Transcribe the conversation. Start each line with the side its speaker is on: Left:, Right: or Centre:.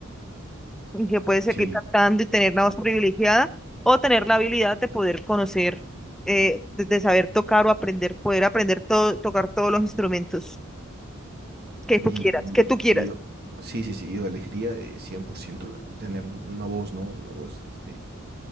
Centre: y que puedes seguir
Right: Sí.
Centre: cantando y tener una voz privilegiada o tener la habilidad de poder conocer, eh, de, de saber tocar o aprender, poder aprender todo, tocar todos los instrumentos que
Right: Y,
Centre: tú quieras, que
Right: y-
Centre: tú quieras.
Right: y yo, sí, sí, sí, yo elegiría eh, 100% la- tener una voz, ¿no? Una voz este,